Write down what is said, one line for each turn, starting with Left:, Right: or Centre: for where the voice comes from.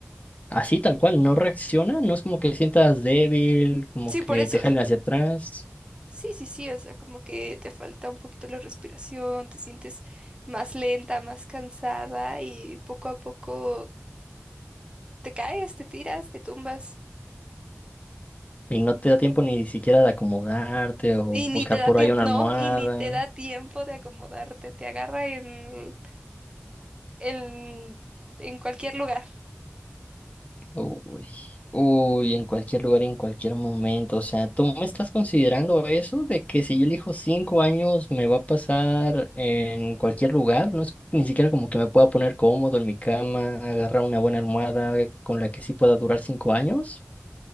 Left: Así tal cual, no reacciona, no es como que sientas débil, como
Right: Sí,
Left: que
Right: por eso.
Left: te jalen hacia atrás.
Right: Sí, sí, sí, o sea, como que te falta un poquito la respiración, te sientes más lenta, más cansada y poco a poco te caes, te tiras, te tumbas
Left: Y no te da tiempo ni siquiera de acomodarte o buscar
Right: y ni te da
Left: por
Right: tiempo,
Left: ahí una almohada.
Right: no, y ni te da tiempo de acomodarte, te agarra en, en, en cualquier lugar.
Left: Uy, uy, en cualquier lugar y en cualquier momento. O sea, ¿tú me estás considerando eso de que si yo elijo cinco años me va a pasar en cualquier lugar? No es ni siquiera como que me pueda poner cómodo en mi cama, agarrar una buena almohada con la que sí pueda durar cinco años.